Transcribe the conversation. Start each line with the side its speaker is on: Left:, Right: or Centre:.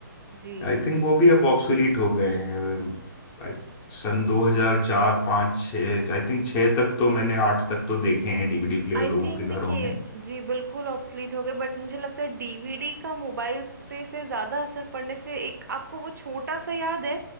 Right: जी
Left: आई थिंक वो भी अब ऑब्सोलीट हो गए हैं I- सन 2004 5 6 आई थिंक 6 तक तो मैंने 8 तक तो देखे हैं डीवीडी प्लेयर
Right: आई
Left: लोगों
Right: थिंक
Left: के घरों
Right: देखिए
Left: में
Right: जी बिल्कुल ऑब्सलीट हो गए बट मुझे लगता है डीवीडी का मोबाइल्स पे से ज्यादा असर पड़ने से एक आपको वो छोटा सा याद है